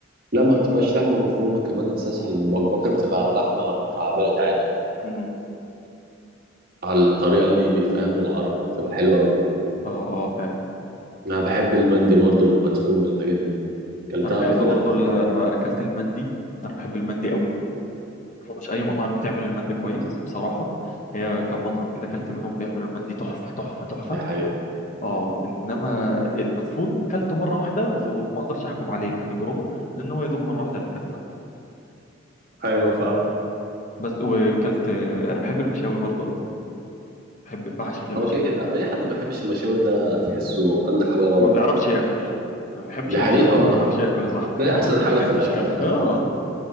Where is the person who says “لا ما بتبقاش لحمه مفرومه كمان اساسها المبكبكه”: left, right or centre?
Right